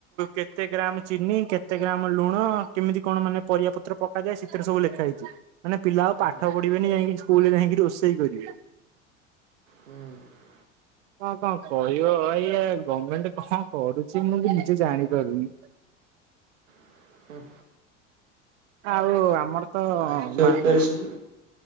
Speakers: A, on the right; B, on the right.
A: କେତେ ଗ୍ରାମ୍ ଚିନି କେତେ ଗ୍ରାମ୍ ଲୁଣ କେମିତି କଣ ମାନେ ପରିବା ପତ୍ର ପକାଯାଏ ସେଥିରେ ସବୁ ଲେଖ ଖାଇଛି ମାନେ ପିଲା ଆଉ
B: ହୁଁ
A: ପାଠପଢ଼ିବେନି ଯାଇକି ସ୍କୁଲରେ ଯାଇକି ରୋଷେଇ କରିବେ। ହୁଁ <inaudible>
B: ହୁଁ
A: କଣ କଣ କହିବ ଇଏ ଗମେଣ୍ଟ୍ କଣ କରୁଛି ମୁଁ ବି କିଛି ଜାଣିପାରୁନି।
B: <unintelligible> ହୁଁ।
A: ଆଉ ଆମର ତ
B: ଆଜି ସରକାର
A: ମା
B: ସିଏ